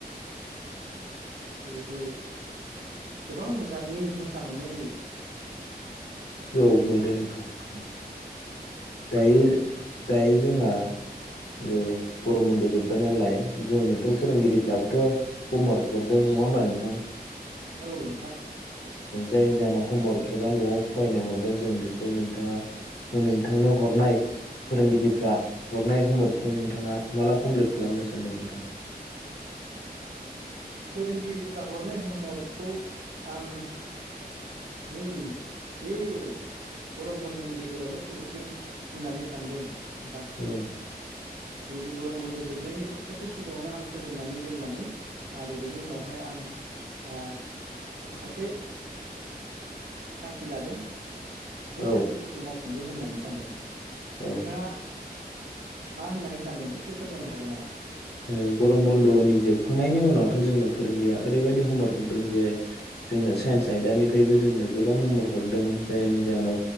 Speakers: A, on the right; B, on the left.
A: जिहेथु गोबां जातनि मोसा मोननाय जायो
B: औ मोनो नोंथां दायो दायो जोंहा ओ गरम बन्द' जोब्बाय नालाय जोंनोथ' फोरोंगिरिफ्राबोथ' हमवार्क हरदों नङा होमबा नोंथां
A: औ नोंथां
B: जायनि जाहोनाव हमवार्क एबा न'आव फरायनो हरदों जों बेखौ नोंथाङा नोंथांनो हरनाय फोरोंगिरिफ्रा हरनाय हरखौ नोंथाङा माला कमप्लिट खालामनो सानदों नोंथाङा <unintelligible>
A: फोरोंगिरिफ्रा हरनाय हमवरकखौ आं नै बे गरम बन्द'नि गेजेरावनो फोजोबगोन होननानै सानदों नोंथां
B: औ
A: जिहेतु गरम बन्द' जोबनायनि सप्तासे सिगाङावनो आं फोजोबनानै दोननानै आरो बेनि उनावहाय आं आ माखासे थांखि लादों बै
B: औ
A: थांखिफोरखौ मावफुंगोन होननानै सानदों नोंथाङा
B: औ
A: मा होननानै सानदों एसे फोरमायनो हागोन नामा
B: औ गरम बन्द'नि जोबखांनायनि उनावथ' जोंनो फोरोंगिरिया ओरैबायदि हमवरक हरदों जे जोंनो साइन्स आयदानिफ्रायबो जोंनो गोबां हमवर्क हरदों जायनि जाहोनाव